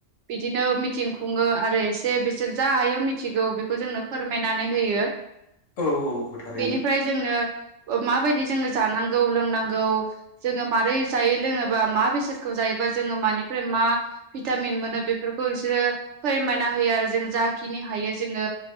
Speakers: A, on the right; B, on the left.
A: बिदिनो मिथिं खुङो आरो एसे बिसोर जा हायो मि मिथिगौ बेखौ जोंनो फोरमायनानै होयो।
B: औ औ थारैनो
A: बेनिफ्राय जोंनो माबायदि जोङो जानांगौ लोंनांगौ जोङो मारै जायै लोङोबा मा बेसादखौ जायोबा जों जोङो मानिफ्राय मा भिटामिन मोनो बेफोरखौ बिसोरो फोरमायना होयो आरो। जों जाखिनि हायो जोङो